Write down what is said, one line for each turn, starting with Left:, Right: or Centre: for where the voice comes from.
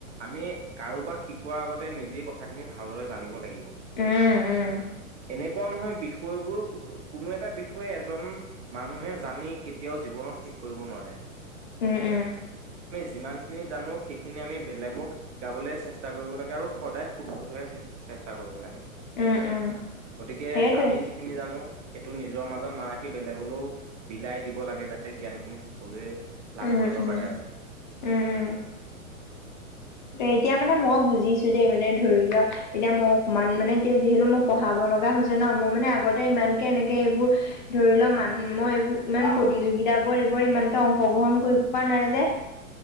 Right: আমি কাৰোবাক শিকোৱাৰ আগতে নিজেই কথাখিনি ভালদৰে জানিব লাগিব।
Left: উম-উম।
Right: এনেকুৱা নহয় বিষয়বোৰ কোনো এটা বিষয়ে এজন মানুহে জানি কেতিয়াও জীৱনত শেষ কৰিব নোৱাৰে।
Left: উম-উম
Right: যিমান সখিনি জানো সেইখিনি আমি বেলেগক শিকাবলৈ চেষ্টা কৰিব লাগে আৰু সদায় শুদ্ধত হৈ চেষ্টা কৰিব লাগে।
Left: উম উম
Right: গতিকে
Left: সেইটোৱে
Right: আমি যিখিনি জানো সেইটো নিজৰ মাজত নাৰাখি বেলেগলৈও বিলাই দিব লাগে যাতে জ্ঞান খিনি সকলোৱে লাভ
Left: উম-উম,
Right: কৰিব পাৰে আৰু।
Left: উম-উম। এতিয়া মানে মই বুজিছো দেই, মানে ধৰি ল এতিয়া মই অকমান মানে এতিয়া যিহেতু মই পঢ়াব লগা হৈছে ন, মই মানে আগতে ইমান কে এনেকে এইবোৰ ধৰি লও মান মই এইবোৰ ইমান প্ৰতিযোগিত বোৰ এইবোৰ ইমানকে অক অংশগ্ৰহণ কৰিব পোৱা নাই যে।